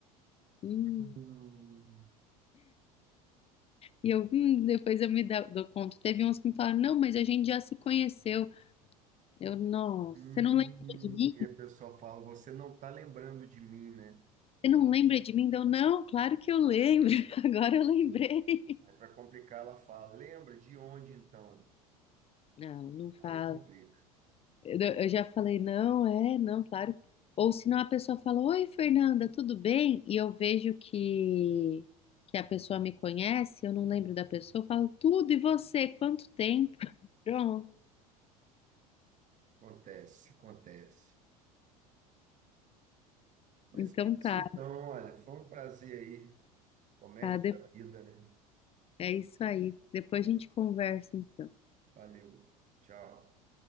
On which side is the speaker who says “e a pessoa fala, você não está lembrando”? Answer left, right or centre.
Right